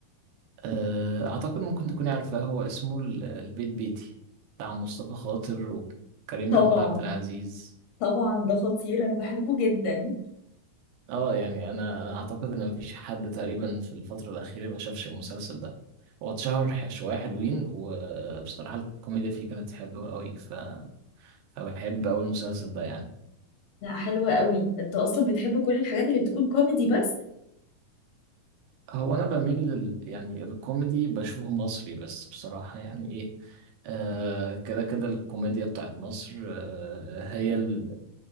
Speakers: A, on the right; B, on the left.
A: آه أعتقد ممكن تكوني عارفاه هو اسمه ال- البيت بيتي بتاع مصطفى خاطر وكريم
B: طبعا
A: محمود عبد العزيز
B: طبعا ده خطير انا بحبه جدا
A: اه يعني انا اعتقد ان مفيش حد تقريبا في الفتره الاخيره ما شافش المسلسل ده هو اتشهر ح- شويه حلوين وبصراحه الكوميديا فيه كانت حلوه قوي ف... فبحب أوي المسلسل ده يعني
B: لا حلوة قوي انت اصلا بتحب كل الحاجات اللي بتكون كوميدي بس
A: هو انا بميل لل... يعني الكوميدي بشوفه مصري بس بصراحه يعني ايه آه كده كده الكوميديا بتاعت مصر آه هي ال-